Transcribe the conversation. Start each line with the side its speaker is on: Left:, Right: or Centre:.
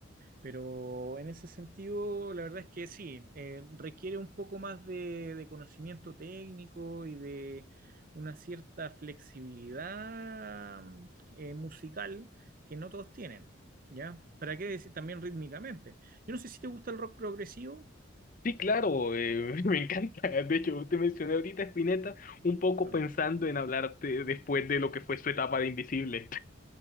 Right: Pero en ese sentido, la verdad es que sí, eh, requiere un poco más de, de conocimiento técnico y de una cierta flexibilidad mm, eh, musical que no todos tienen, ¿ya? ¿Para qué decir también rítmicamente? Yo no sé si te gusta el rock progresivo.
Left: Sí, claro, eh, <laughs> me encanta. De hecho, te mencioné ahorita a Spinetta un poco
Right: Claro,
Left: pensando en hablarte después de lo que fue su etapa de Invisible.